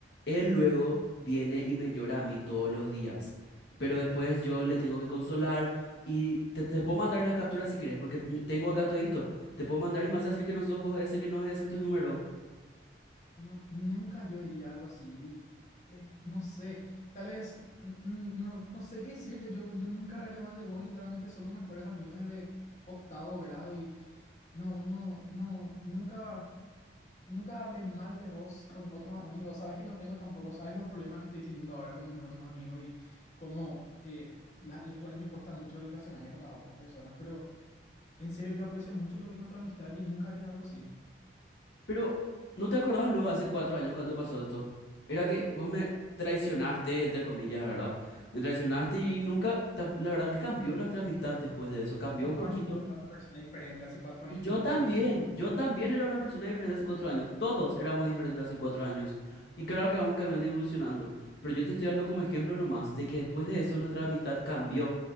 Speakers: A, on the left; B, on the left.
A: él luego viene y me llora a mí todos los días, pero después yo le tengo que consolar y te, te puedo mandar las capturas si quieres, porque m- tengo acá todito, te puedo mandar y más decir que no sos vos ese, que no es ese tu número.
B: No, nunca yo diría algo así. Y eh, no sé, tal vez, n- n- no, no sé qué decirte. Yo, yo nunca hablaría mal de vos. Literalmente somos mejores amigos desde octavo grado y no, no, no, nunca, nunca hablé mal de vos con otros amigos. Sabes que no tengo tampoco, sabes los problemas que estoy teniendo ahora con mis otros amigos y cómo eh, la- la- me cuesta mucho relacionarme con las otras personas. Pero en serio, yo aprecio mucho lo que es nuestra amistad y nunca haría algo así.
A: Pero, ¿no te acordás luego hace cuatro años cuando pasó esto? Era que vos me traicionaste, entre comillas, ¿verdad? Me traicionaste y nunca, tam- la verdad que cambió nuestra amistad después de eso, cambió
B: cuatro
A: un poquito.
B: años yo era una persona diferente, hace cuatro
A: Y
B: años
A: yo
B: tenía,
A: también, yo también era una persona diferente hace cuatro años, todos éramos diferentes hace cuatro años. Y claro que vamos cambiando y evolucionando, pero yo te estoy dando como ejemplo nomás de que después de eso nuestra amistad cambió,